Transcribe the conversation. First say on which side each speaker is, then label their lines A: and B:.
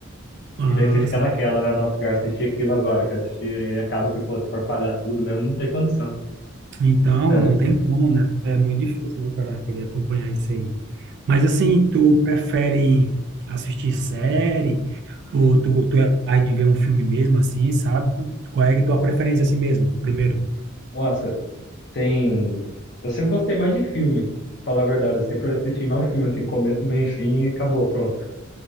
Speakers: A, on the right; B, on the left.
A: ah,
B: E daí você fica naquela, né? Nossa, quero assistir aquilo agora, quero assistir, e acaba que, pô, se for pagar tudo mesmo, não tem condição.
A: então,
B: É.
A: não tem como, né? É muito difícil, né, o cara querer acompanhar isso aí. Mas assim, tu prefere assistir série ou tu, tu é mais de ver um filme mesmo, assim, sabe? Qual é a tua preferência assim mesmo, primeiro?
B: Nossa, tem. Eu sempre gostei mais de filme, falar a verdade. Eu sempre assisti mais um filme, assim, começo, meio, e fim, e acabou, pronto.